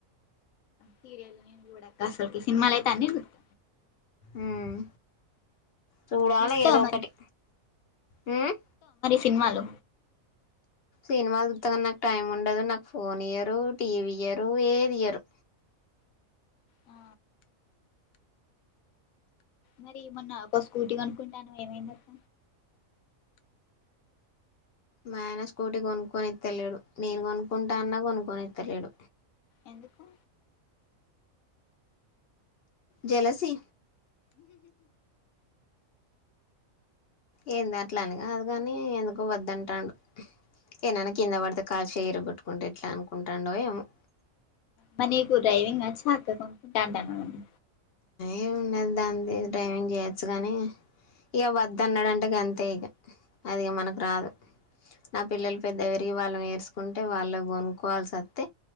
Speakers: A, on the left (about 90°); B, on the left (about 60°).
A: సీరియల్ నే జూడక్క అసలుకి సినిమాలైతే అన్నీ జూత్త
B: మ్మ్ చూడాల
A: నువ్వు చూత్తవా
B: ఏదో ఒకటి
A: మరి
B: హ్మ్
A: సిన్మాలు
B: సిన్మాలు తూత్త గానీ నాకు టైం ఉండదు నాకు ఫోన్ ఇయ్యరు టీవీ ఇయ్యరు ఏది ఇయ్యరు
A: ఆ మరి మొన్న ఒక స్కూటీ కొనుకుంటానవ్ ఏమైందక్క
B: మా ఆయన స్కూటీ కొనుక్కొనిత్తలేడు నేను కొనుక్కుంటా అన్నా కొనుక్కొనిత్తలేడు
A: ఎందుకు
B: జెలసీ ఏందట్లాని కాదు కాని ఎందుకో వద్దంటాండు, ఏనైనా కింద పడితే కాలుచేయ్ ఇరగొట్టుకుంటే ఎట్లా అనుకుంటాండో ఏమో.
A: మరి నీకు డ్రైవింగ్ వచ్చాక్క కొనుక్కుంటా అంటానవు గానీ
B: ఏమ్ ఉన్నది దాంది డ్రైవింగ్ జేయొచ్చు కానీ ఇగ వద్దన్నాడంటే గంతే ఇగ అదిగ మనకు రాదు నా పిల్లలు పెద్దగ వెరిగి వాళ్ళు నేరు చుకుంటే వాళ్ళ గొనుకోవాల్సి వత్తె